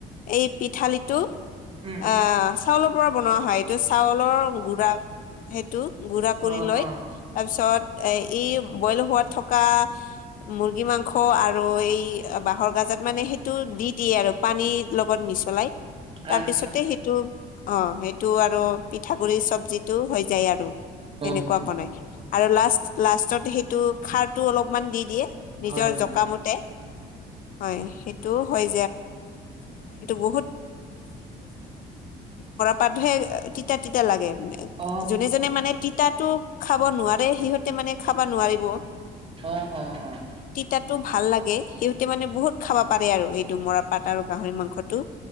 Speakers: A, on the left; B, on the right.
A: এই পিঠালিটো
B: উম
A: আহ চাউলৰ পৰা বনোৱা হয় এইটো চাউলৰ গুড়া সেইটো গুৰাা
B: অ'
A: কৰি লয়
B: অ'
A: তাৰ পিছত এ এই বইল হোৱাত থকা মুৰ্গী মাংস আৰু এই বাঁাহৰ গাজত মানে সেইটো দি দিিয়ে আৰু পানীৰ লগত মিছলাই তাৰপিছতে
B: আচ্ছা
A: সেইটো অ সেইটো আৰু পিঠাগুৰিি চব্জিতটো হৈ যায় আৰু কেনেকুৱা
B: অ
A: বনাই আৰু লাষ্ট লাষ্টত সেইটো খাৰটো অলপমান দি দিয়ে নিজৰ
B: হয় হয়
A: জকামুতে হয় সেইটো হয় ব ব তিয়া লাগে
B: অ'
A: যোনে জোনে মানে তিতাটো খাব নোৱাৰে সিহঁতে মানে খাব নোৱাৰিব
B: অ অ অ
A: তাতো ভাল লাগে সিহতে মানে বহুত খাব পাৰে আৰু সেইটো মৰা পাত আৰু গাহৰি মাংসতটো